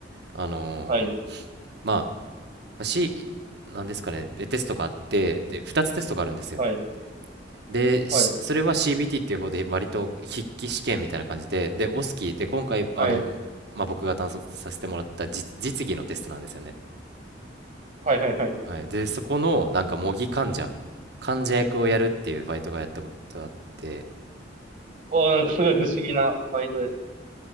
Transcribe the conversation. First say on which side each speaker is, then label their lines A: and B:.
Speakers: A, on the right (about 60°); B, on the right (about 45°).
A: あの
B: はい、
A: まあしなんですかねでテストがあってで2つテストがあるんですよ
B: はい、
A: でしそれは
B: はい、
A: CBT っていう方で割と筆記試験みたいな感じででオスキーで今回あの、
B: はい、
A: まあ、僕が担当させてもらった実、実技のテストなんですよね、
B: はい、はい、はい。
A: はい、でそこのなんか模擬患者患者役をやるっていうバイトがやったことがあって
B: おー、なんかすごい不思議なバイトですね。